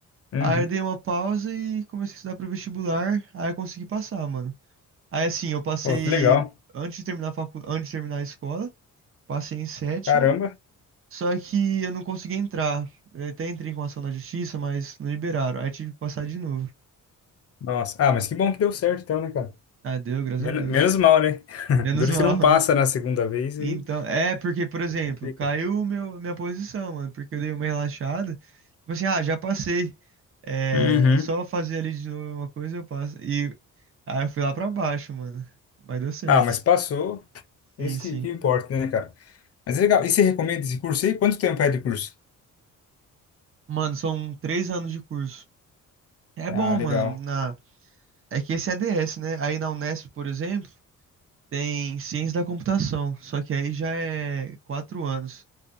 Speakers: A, on the left; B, on the right.
A: uhum.
B: Aí eu dei uma pausa e comecei a estudar pro vestibular, aí eu consegui passar, mano. Aí assim, eu passei
A: Pô, que legal.
B: antes de terminar a facu... antes de terminar a escola, passei em sétimo,
A: Caramba.
B: só que eu não consegui entrar. Eu até entrei com ação na justiça, mas não liberaram. Aí tive que passar de novo.
A: Nossa. Ah, mas que bom que deu certo então, né, cara?
B: Ah, deu, graças
A: Men-
B: a Deus.
A: Menos mal, né? <laughs>
B: Menos
A: Duro
B: <laughs> mal.
A: se não passa na segunda vez
B: Então,
A: aí
B: é porque, por exemplo,
A: complica.
B: caiu meu, minha posição, mano, porque eu dei uma relaxada. Tipo assim, ah, já passei. É,
A: Uhum.
B: é só fazer ali de novo uma coisa, eu passo. E aí eu fui lá pra baixo, mano. Mas deu certo.
A: Ah, mas passou. Isso
B: Sim, sim.
A: que, que importa, né, cara? Mas é legal. E você recomenda esse curso aí? Quanto tempo é de curso?
B: Mano, são três anos de curso. É
A: Ah,
B: bom, mano.
A: legal.
B: Na... É que esse é ADS, né? Aí na Unesp, por exemplo, tem ciência da computação. Só que aí já é quatro anos.